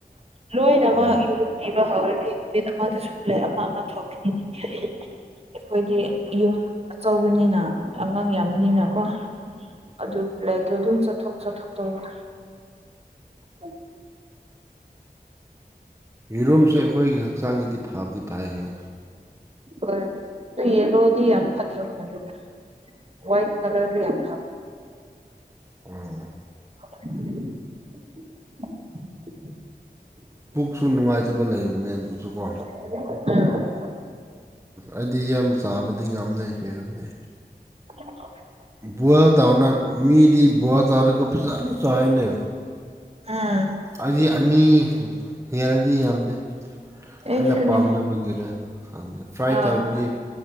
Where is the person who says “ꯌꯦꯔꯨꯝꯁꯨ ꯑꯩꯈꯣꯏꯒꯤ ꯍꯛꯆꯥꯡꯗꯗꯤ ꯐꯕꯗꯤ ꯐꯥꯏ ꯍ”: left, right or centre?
Right